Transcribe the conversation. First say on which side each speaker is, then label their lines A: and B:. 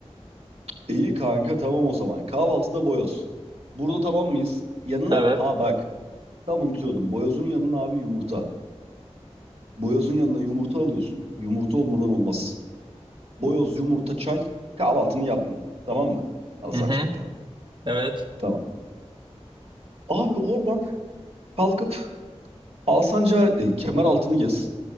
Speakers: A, on the right; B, on the right.
A: İyi kanka tamam o zaman. Kahvaltıda boyoz. Burada tamam mıyız? Yanına
B: Evet.
A: ha bak tam unutuyordum. Boyozun yanına abi yumurta. Boyozun yanına yumurta alıyorsun. Yumurta olmadan olmaz. Boyoz, yumurta, çay. Kahvaltını yaptın. Tamam mı? Alsancak'ta.
B: Hı hı. Evet.
A: Tamam. Abi oradan kalkıp Alsancak'a e, kemer altını gez.